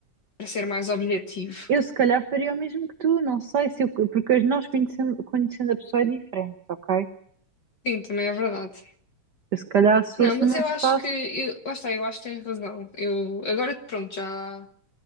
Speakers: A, on the left; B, on the right.
A: para ser mais objetivo.
B: Eu se calhar faria o mesmo que tu, não sei se eu, porque nós conhecendo, conhecendo a pessoa é diferente, ok?
A: Sim, também é verdade.
B: Eu se calhar se fosse
A: Não, mas
B: num
A: eu
B: espaço,
A: acho que, eu, lá está, eu acho que tens razão. Eu, agora, pronto, já.